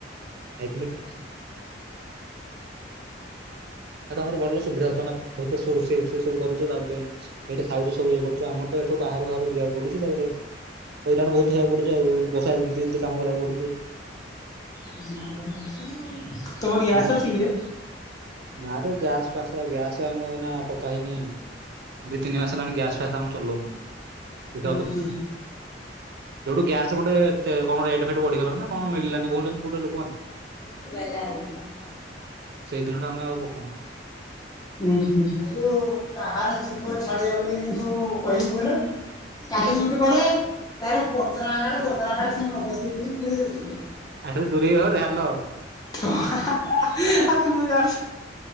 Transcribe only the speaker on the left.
ତୁମର ଗ୍ୟାସ
ଅଛି କିରେ?
ହୁଁ ହୁଁ
<unintelligible>
ଏଇ ଯୋଉ କାହାର ଯିବ ଛାଡିବା ଭଳି ଏଇ ଯୋଉ କହିବୁ ହେଲେ। କାଲି କେମିତି ପରେ ତାର ପଚରା <unintelligible> ହ୍ୟାଲୋ
<unintelligible> ଆରେ ମୁଁ ଜା